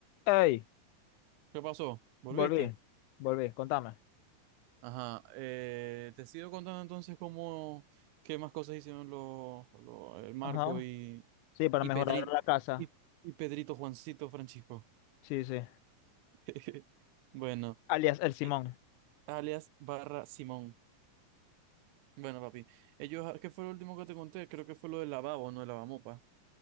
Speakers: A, on the left (about 75°); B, on the right (about 80°).
A: Ey,
B: ¿Qué pasó? ¿Volviste?
A: volví, volví, contame.
B: Ajá. eh, te sigo contando entonces cómo, qué más cosas hicieron los, los- el Marco
A: Ajá.
B: y,
A: Sí, para
B: y
A: mejorar
B: Pedri-
A: la casa.
B: y, y Pedrito Juancito Francisco.
A: Sí, sí.
B: <laughs> Bueno,
A: Alias el Simón.
B: eh, alias barra Simón. Bueno, papi. Ellos, ah, ¿qué fue lo último que te conté? Creo que fue lo del lavabo, no el lavamopa.